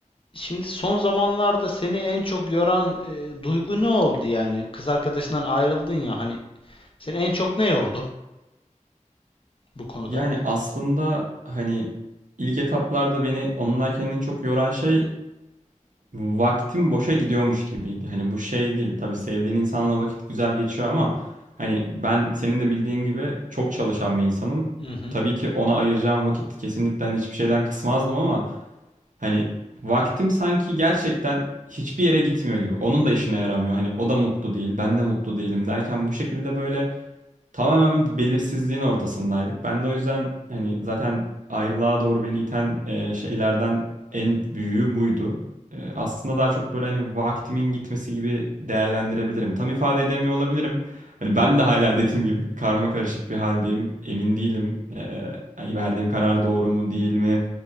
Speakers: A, on the left; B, on the right.
A: Şimdi son zamanlarda seni en çok yoran e, duygu ne oldu yani? Kız arkadaşından ayrıldın ya hani seni en çok ne yordu bu konuda?
B: Yani aslında hani ilk etaplarda beni onunla kendini çok yoran şey vaktim boşa gidiyormuş gibiydi. Hani bu şey değil. Tabii sevdiğin insanla vakit güzel geçiyor ama hani ben senin de bildiğin gibi çok çalışan bir insanım.
A: Hı hı.
B: Tabii ki ona ayıracağım vakit kesinlikle hani hiçbir şeyden kısmazdım ama hani vaktim sanki gerçekten hiçbir yere gitmiyor gibi. Onun da işine yaramıyor. Hani o da mutlu değil, ben de mutlu değilim derken bu şekilde böyle tamamen belirsizliğin ortasındaydık. Ben de o yüzden hani zaten ayrılığa doğru beni iten e, şeylerden en büyüğü buydu. E, aslında daha çok böyle hani vaktimin gitmesi gibi değerlendirebilirim. Tam ifade edemiyor olabilirim. Hani ben de hala <laughs> dediğim gibi karma karışık bir haldeyim. Emin değilim. E, hani verdiğim karar doğru mu değil mi?